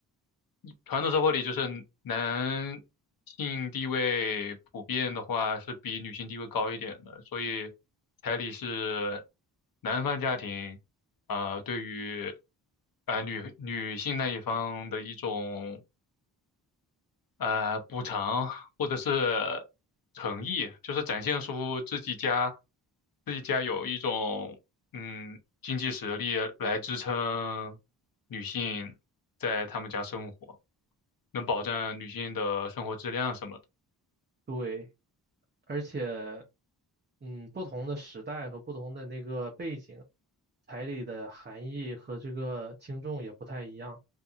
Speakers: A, on the left; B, on the right.
A: 传统社会里，就是男性地位普遍的话是比女性地位高一点的，所以彩礼是男方家庭啊、呃对于啊女女性那一方的一种呃补偿或者是诚意，就是展现出自己家自己家有一种嗯经济实力来支撑女性在他们家生活，能保证女性的生活质量什么的。
B: 对，而且，嗯，不同的时代和不同的那个背景，彩礼的含义和这个轻重也不太一样。